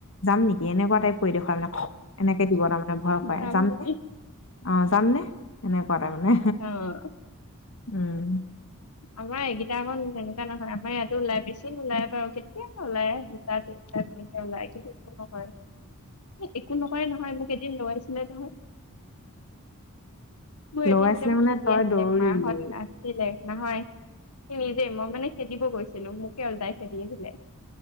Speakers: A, on the left; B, on the left.
A: যাম নি কি এনেকুৱা টাইপ কৰি দেখুৱাই মানে এনেকে দিব তাৰমানে ভয় খুৱাই
B: যাম
A: যামনে?
B: নেকি?
A: অ', যামনে, এনেকুৱা তাৰ মানে
B: অ',
A: উম।
B: আমাৰ এইকেইটাখন তেনেকুৱা নহয় আমাৰ ইয়াতো ওলাই বেছি নোলাই। ওলাই কেতিয়া ওলাই দুটা তিনিটা তেনেকে ওলাই কিন্তু একো ন কৰে, এ একো নকৰে নহয় মোক এদিন লগাইছিলে নহয়। মোৰ
A: ল'ৰা
B: এদিন <unintelligible>
A: আছিলে মানে
B: খেদি
A: তই
B: আহিলে,
A: দৌৰিলি
B: মাহত নাছিলে। নহয়, সি নিজেই মই মানে খেদিব গৈছিলো মোকে উল্টাই খেদি আহিলে।